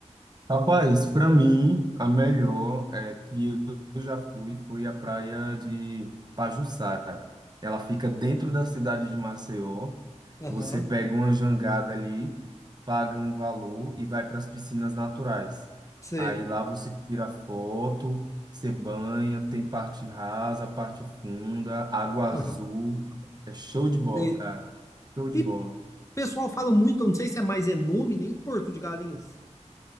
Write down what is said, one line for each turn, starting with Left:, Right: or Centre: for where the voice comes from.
Right: Rapaz, para mim, a melhor é que eu já fui, foi a praia de Pajuçara. Ela fica dentro da cidade de Maceió.
Left: Aham,
Right: Você pega uma jangada ali, paga um valor e vai para as piscinas naturais.
Left: sei.
Right: Aí lá você tira foto, você banha, tem parte rasa, parte funda, água azul.
Left: Aham,
Right: É show de bola,
Left: sei.
Right: cara. Show de
Left: E
Right: bola.
Left: O pessoal fala muito, eu não sei se é mais é nome, nem Porto de Galinhas.